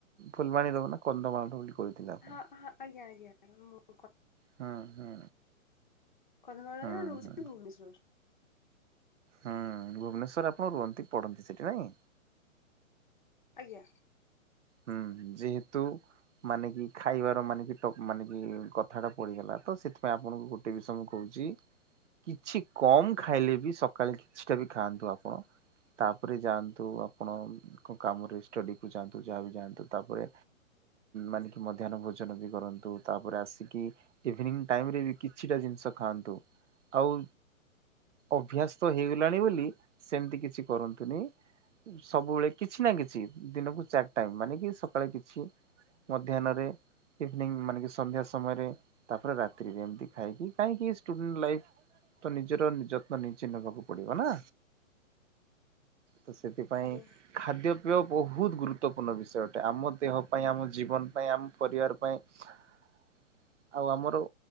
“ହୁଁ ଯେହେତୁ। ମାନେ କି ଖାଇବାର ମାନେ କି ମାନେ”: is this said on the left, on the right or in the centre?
Right